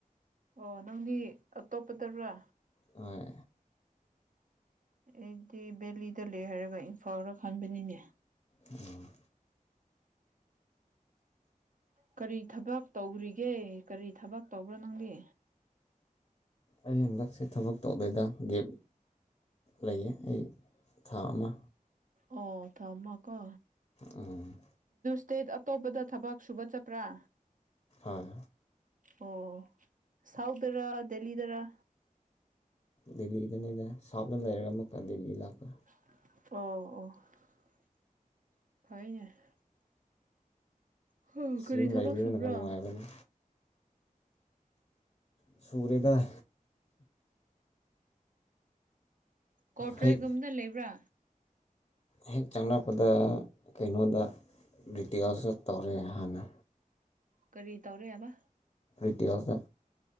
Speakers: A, on the right; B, on the left.
A: ꯑꯣ ꯅꯪꯗꯤ ꯑꯇꯣꯞꯄꯗꯔꯥ
B: ꯑ
A: ꯑꯩꯗꯤ ꯕꯦꯂꯤꯗ ꯂꯩ ꯍꯥꯏꯔꯒ ꯏꯝꯐꯥꯜꯗ ꯈꯟꯕꯅꯤꯅꯦ
B: ꯎꯝ
A: ꯀꯔꯤ ꯊꯕꯛ ꯇꯧꯔꯤꯒꯦ ꯀꯔꯤ ꯊꯕꯛ ꯇꯧꯕ꯭ꯔꯣ ꯅꯪꯒꯤ
B: ꯑꯩ ꯍꯟꯗꯛꯁꯦ ꯊꯕꯛ ꯇꯧꯗꯦꯗ ꯒꯦꯞ ꯂꯩꯌꯦ ꯑꯩ ꯊꯥ ꯑꯃ
A: ꯑꯣ ꯊꯝꯃꯀꯣ
B: ꯎꯝ
A: ꯏꯁꯇꯦꯠ ꯑꯇꯣꯞꯄꯗ ꯊꯕꯛ ꯁꯨꯕ ꯆꯠꯄ꯭ꯔꯥ
B: ꯑꯥ
A: ꯑꯣ ꯁꯥꯎꯊꯔ ꯗꯦꯜꯂꯤꯗꯔꯥ
B: ꯗꯦꯜꯂꯤꯗꯅꯤꯅ ꯁꯥꯎꯗ ꯂꯩꯔꯒ ꯑꯃꯨꯛꯀ ꯗꯦꯜꯂꯤ ꯂꯥꯛꯄ
A: ꯑꯣ ꯑꯣ ꯐꯅꯦ ꯍ
B: ꯑꯁ
A: ꯀꯔꯤ
B: ꯌꯨꯝ
A: ꯊꯕꯛ
B: ꯂꯩꯕꯗꯨꯅ
A: ꯁꯨꯕ꯭ꯔꯥ
B: ꯅꯨꯡꯉꯥꯏꯕꯅꯤ ꯁꯨꯔꯗ
A: ꯀꯣꯔꯄꯔꯦꯒꯨꯝꯗ
B: ꯍꯦꯛ
A: ꯂꯩꯕ꯭ꯔꯥ
B: ꯍꯦꯛ ꯆꯪꯂꯔꯛꯄꯗ ꯀꯩꯅꯣꯗ ꯔꯤꯇꯦꯜꯁꯨ ꯇꯧꯔꯦ ꯍꯥꯟꯅ
A: ꯀꯔꯤ ꯇꯧꯔꯦ ꯍꯥꯏꯕ
B: ꯑꯠꯇꯤꯌꯥꯁ